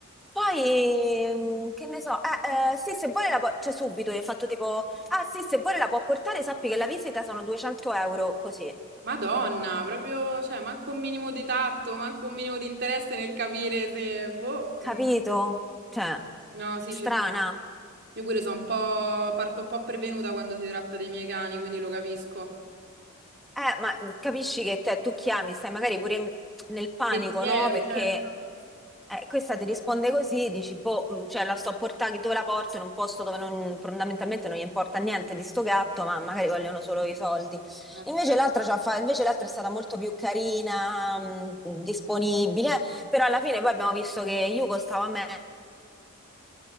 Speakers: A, in the centre; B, on the right.
A: Poi, mm, che ne so, eh, eh, sì, se vuole la può, cioè subito, io ho fatto tipo, ah sì, se vuole la può portare, sappi che la visita sono 200 euro, così,
B: Madonna, proprio, cioè, manco un minimo di tatto, manco un minimo di interesse nel capire se, boh,
A: capito?
B: mm,
A: Cioè,
B: no, sì,
A: strana.
B: ci- io pure sono un po', parto un po' prevenuta quando si tratta dei miei cani, quindi lo capisco.
A: Eh, ma capisci che te- tu chiami, stai magari pure in- nel panico,
B: Pensiero,
A: no? Perché
B: certo.
A: eh, questa ti risponde così, dici, boh, mh, cioè la sto a portare dove la porto, in un posto dove non- fondamentalmente non gli importa niente di sto gatto, ma magari vogliono solo i soldi.
B: Eh,
A: Invece
B: certo.
A: l'altra, c'ha fa- invece l'altra è stata molto più carina, mh, disponibile, però alla fine poi abbiamo visto che Yuko stava meglio.